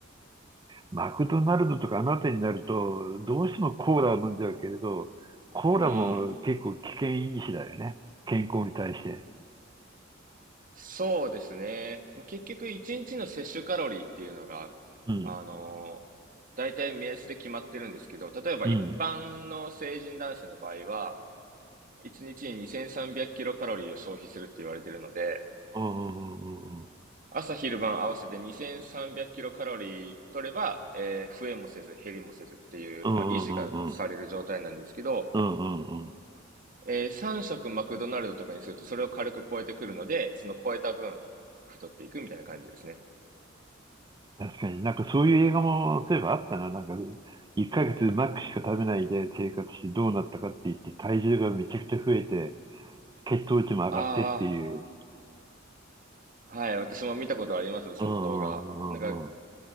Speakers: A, on the right; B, on the right.
A: マクドナルドとかあの辺りになると、どうしてもコーラを飲んじゃうけれど、コーラも結構危険因子だよね。
B: うん。
A: 健康に対して。
B: そうですね。もう結局、一日の摂取カロリーっていうのが、
A: うん。
B: あの、大体目安で決まってるんですけど、例えば一般の成人男性の場合は、
A: うん。
B: 一日に2300キロカロリーを消費するって言われてるので、
A: うんうんうんうん。
B: 朝昼晩合わせて2300キロカロリー取れば、えー増えもせず減りもせずっていう、
A: うんうん
B: まあ、維持がされる状態なんですけど、
A: うんうんうんうんうんうんうんうんうん
B: え3食マクドナルドとかにするとそれを軽く超えてくるので、その超えた分太っていくみたいな感じですね。
A: 確かになんかそういう映画も、例えばあったな。なんか、1ヶ月マックしか食べないで生活してどうなったかって言って、体重がめちゃくちゃ増えて、血糖値も上がってっていう。
B: ああ、はい、私も見たことありますよ、その動画。
A: うんうんうんうん。
B: なんか、